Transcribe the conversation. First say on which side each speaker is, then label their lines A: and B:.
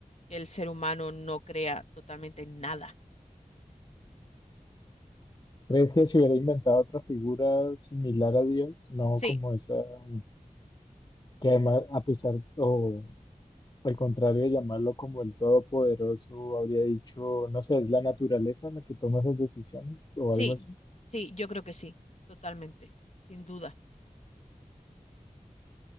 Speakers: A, on the left; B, on the left.
A: que el ser humano no crea totalmente en nada.
B: ¿Crees que se hubiera inventado otra figura similar a Dios? No
A: Sí.
B: como esa mm, que además, a pesar, o Al contrario de llamarlo como el todopoderoso, habría dicho, no sé, es la naturaleza la que toma esas decisiones o
A: Sí,
B: algo así.
A: sí, yo creo que sí, totalmente, sin duda.